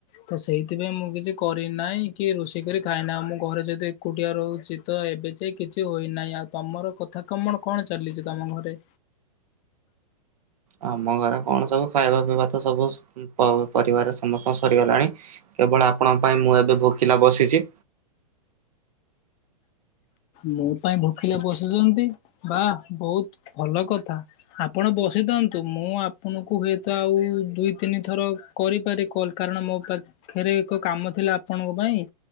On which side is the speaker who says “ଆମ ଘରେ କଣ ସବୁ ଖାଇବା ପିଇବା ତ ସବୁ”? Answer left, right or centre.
Right